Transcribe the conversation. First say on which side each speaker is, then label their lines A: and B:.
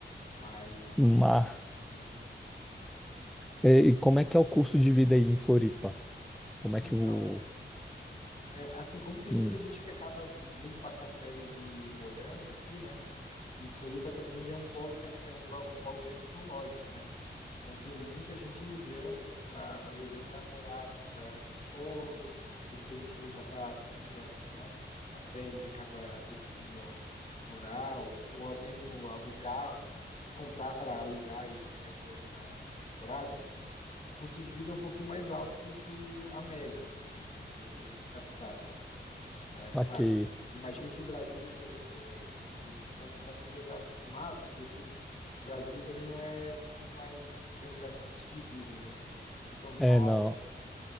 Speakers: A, on the left (about 40°); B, in the centre.
A: mas
B: Mas,
A: imagino.
B: é, e como é que é o custo de vida aí em Floripa? Como é
A: Então,
B: que o.
A: é, assim como tem
B: Hum,
A: muita gente que acaba vindo passar férias e morando aqui, né? E Floripa também ele é um polo, tec, é um pro- polo tecnológico, né? Então tem muita gente imigrando aqui para a região para morar, para trabalhar nesses polos. Tem muita gente que vem passar é, é, as férias e acaba decidindo morar ou, ou ao mesmo alugar, comprar para alugar e ganhar dinheiro na, na temporada. O custo de vida é um pouquinho mais alto do que a média, assim, né, de, de outras capitais né? Claro,
B: aqui.
A: imagino que Brasília também tem um custo, então quem sabe você já está acostumado, porque eu sei que Brasília também não é muito mais, tem um certo custo de vida, né? Tipo São Paulo,
B: É, não.
A: assim.